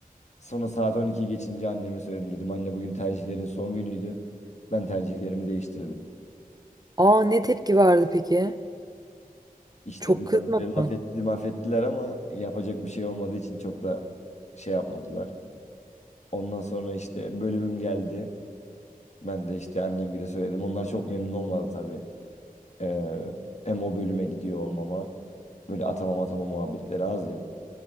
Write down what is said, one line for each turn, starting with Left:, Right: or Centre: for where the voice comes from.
Left: Sonra saat 12'yi geçince anneme söyledim. Dedim anne bugün tercihlerin son günüydü. Ben tercihlerimi değiştirdim.
Right: aa ne tepki verdi peki?
Left: İşte
Right: Çok
Left: biraz
Right: kızmadı
Left: böyle laf
Right: mı?
Left: etti, maf ettiler ama yapacak bir şey olmadığı için çok da şey yapmadılar. Ondan sonra işte bölümüm geldi. Ben de işte annemgile söyledim. Onlar çok memnun olmadı tabii. Ee, hem o bölüme gidiyor olmama. Böyle atamam atama muhabbetleri az ya.